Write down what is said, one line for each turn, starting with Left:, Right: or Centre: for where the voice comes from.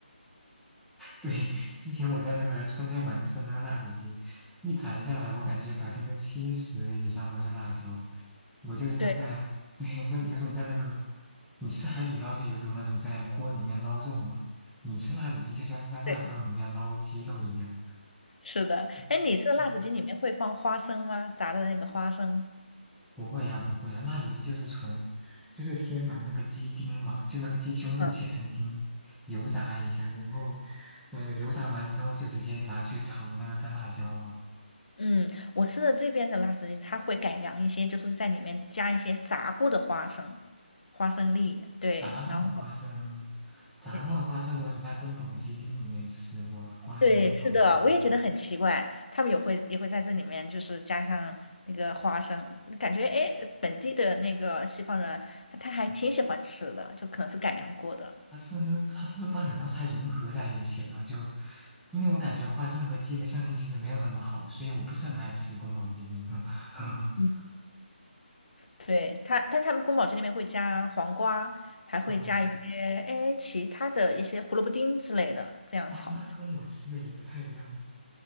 Centre: 对，之前我在那个川菜馆吃的那个辣子鸡，一盘下来，我感觉百分之七十以上都是辣椒。我就是在，
Left: 对
Centre: <laughs> 对，那有种在那个，你吃海底捞就有种那种在锅里面捞肉嘛，你吃辣子鸡就像是在辣椒里面捞鸡肉一样。
Left: 对，是的。
Centre: 嗯嗯
Left: 哎，你吃的辣子鸡里面会放花生吗？炸的那个花生？
Centre: 不会呀，不会呀，辣子鸡就是纯，就是先把那个鸡丁嘛，就那个鸡胸肉切成丁，
Left: 嗯
Centre: 油炸一下，然后，嗯、油炸完之后就直接拿去炒那个干辣椒嘛。
Left: 嗯，我吃的这边的辣子鸡，它会改良一些，就是在里面加一些炸过的花生、花生粒，对，
Centre: 炸过的花生，
Left: 然后
Centre: 炸过的花生我只在宫保鸡丁里面吃过，
Left: 对。
Centre: 花生炒鸡丁。
Left: 对，是的，我也觉得很奇怪，他们也会也会在这里面就是加上那个花生，感觉哎，诶本地的那个西方人他还挺喜欢吃的，
Centre: 嗯
Left: 就可能是改良过的。
Centre: 它是它是不是把两道菜融合在一起了？就因为我感觉花生和鸡的相性其实没有那么好，所以我不是很爱吃宫保鸡丁。<laughs>
Left: 嗯，对，他，但他们宫保鸡丁里面会加黄瓜，还会加一些哎其他的一些胡萝卜丁之类的，
Centre: 嗯，
Left: 这样炒。
Centre: 啊，那跟我吃的也不太一样。